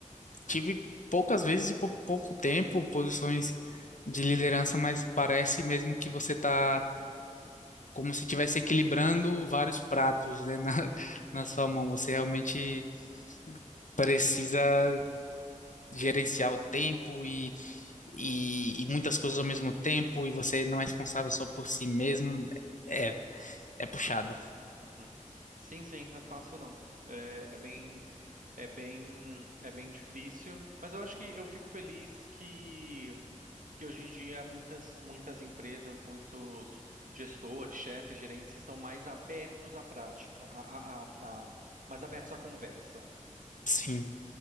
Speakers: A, on the left; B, on the right.
A: tive poucas vezes e por pouco tempo posições de liderança, mas parece mesmo que você está como se estivesse equilibrando vários pratos, né, <laughs> na, na sua mão. Você realmente precisa gerenciar o tempo e, e, e muitas coisas ao mesmo tempo, e você não é responsável só por si mesmo. É, é puxado.
B: Uhum. Sim, sim, não é fácil não. É, é bem, é bem, é bem difícil, mas eu acho que eu fico feliz que, que hoje em dia muitas, muitas empresas, muitos gestores, chefes, gerentes estão mais abertos à prática, a, a, a- a- mais abertos à conversa.
A: Sim.